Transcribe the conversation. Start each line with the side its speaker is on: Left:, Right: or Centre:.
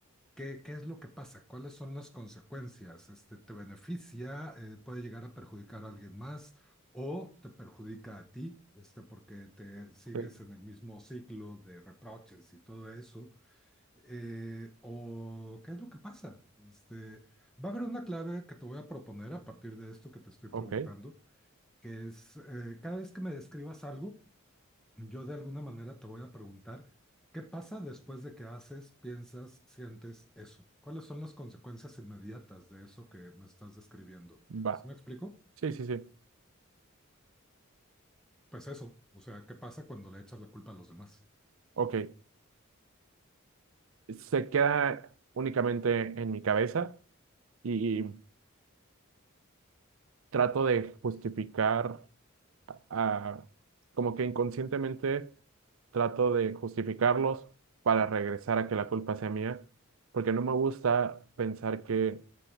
Centre: ¿qué, qué es lo que pasa? ¿Cuáles son las consecuencias? Este, ¿te beneficia? Eh, ¿puede llegar a perjudicar a alguien más? ¿O te perjudica a ti? Este, porque te sigues
Right: Sí.
Centre: en el mismo ciclo de reproches y todo eso eh, o qué es lo que pasa. Este, va a haber una clave que te voy a proponer a partir de esto que te estoy
Right: Ok,
Centre: preguntando, que es eh, cada vez que me describas algo, yo de alguna manera te voy a preguntar qué pasa después de que haces, piensas, sientes eso. ¿Cuáles son las consecuencias inmediatas de eso que me estás describiendo?
Right: va.
Centre: ¿Sí me explico?
Right: Sí, sí, sí.
Centre: Pues eso, o sea, ¿qué pasa cuando le echas la culpa a los demás?
Right: Ok. Se queda únicamente en mi cabeza y trato de justificar a- como que inconscientemente trato de justificarlos para regresar a que la culpa sea mía, porque no me gusta pensar que